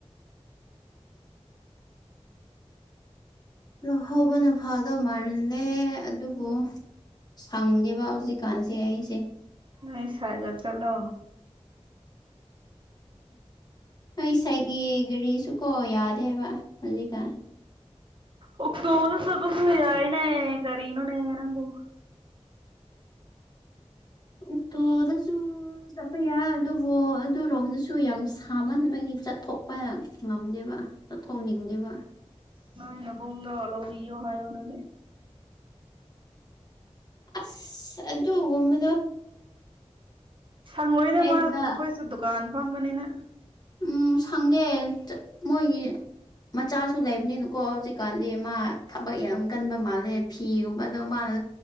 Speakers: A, on the left (about 35°); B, on the right (about 45°).
A: ꯂꯧꯍꯧꯕꯅ ꯐꯥꯗꯧ ꯃꯥꯜꯂꯦ ꯑꯗꯨꯕꯨ ꯁꯪꯗꯦꯕ ꯍꯧꯖꯤꯛꯀꯥꯟꯁꯦ ꯑꯩꯁꯦ
B: ꯅꯣꯏ ꯁꯔꯒ ꯆꯠꯂꯣ
A: ꯍꯣꯏ ꯁꯥꯏꯒꯤ ꯒꯥꯔꯤꯁꯨ ꯀꯣ ꯌꯥꯗꯦ ꯍꯥꯏꯕ ꯍꯧꯖꯤꯛꯀꯥꯟ
B: ꯑꯣꯛꯇꯣꯗ ꯆꯠꯂꯁꯨ ꯌꯥꯏꯅꯦ ꯀꯔꯤꯅꯣꯅꯦ ꯅꯪꯕꯨ
A: ꯑꯣꯛꯇꯣꯗꯁꯨ ꯆꯠꯄ ꯌꯥꯏ ꯑꯗꯨꯕꯨ ꯑꯗꯨꯔꯣꯝꯗꯁꯨ ꯌꯥꯝ ꯁꯥꯃꯟꯕꯒꯤ ꯆꯠꯊꯣꯛꯄ ꯉꯝꯗꯦꯕ ꯆꯠꯊꯣꯛꯅꯤꯡꯗꯦꯕ
B: ꯅꯣꯏ ꯅꯕꯨꯡꯗꯣ ꯂꯧꯕꯤꯌꯣ ꯍꯥꯏꯌꯣꯗꯨꯗꯤ
A: ꯑꯁ ꯑꯗꯨ ꯒꯨꯝꯕꯗꯣ
B: ꯁꯉꯣꯏꯗ
A: ꯍꯥꯏꯕꯗ
B: ꯃꯥ ꯃꯈꯣꯏꯁꯨ ꯗꯨꯀꯥꯟ ꯐꯝꯕꯅꯤꯅ
A: ꯎꯝ ꯁꯪꯗꯦ ꯃꯣꯏꯒꯤ ꯃꯆꯥꯁꯨ ꯂꯩꯕꯅꯤꯅꯀꯣ ꯍꯧꯖꯤꯛꯀꯥꯟꯗꯤ ꯃꯥ ꯊꯕꯛ ꯌꯥꯝ ꯀꯟꯕ ꯃꯥꯜꯂꯦ ꯐꯤꯒꯨꯝꯕꯗꯣ ꯃꯥꯅ